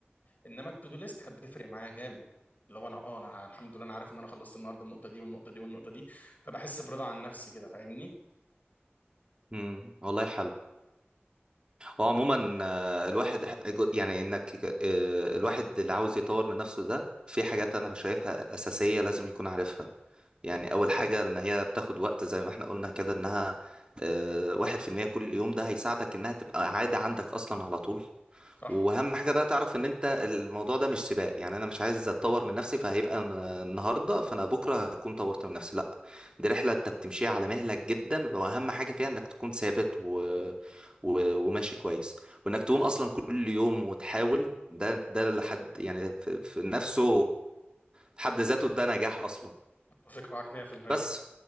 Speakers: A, on the left; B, on the right.
A: انما التو ليست كانت بتفرق معايا جامد اللي هو انا اه انا الحمد لله انا عارف ان انا خلصت النهارده النقطه دي والنقطه دي والنقطه دي فبحس برضا عن نفسي كده فاهمني
B: مم. والله حلو هو عموما آه، الواحد ح- جو- يعني انك آه، الواحد اللي عاوز يطور من نفسه ده في حاجات انا شايفها اساسيه لازم يكون عارفها يعني اول حاجه ان هي بتاخد وقت زي ما احنا قلنا كده انها آه، واحد في المية كل يوم ده هيساعدك انها تبقى عاده عندك اصلا على طول
A: صح
B: واهم حاجه بقى تعرف ان انت الموضوع ده مش سباق يعني انا مش عايز اتطور من نفسي فهيبقى ن- النهارده فانا بكره هكون طورت من نفسي لا دي رحله انت بتمشيها على مهلك جدا واهم حاجه فيها انك تكون ثابت و... و... وماشي كويس وانك تقوم اصلا كل يوم وتحاول ده ده لحد يعني في في نفسه في حد ذاته ده نجاح اصلا
A: اتفق معاك 100%
B: بس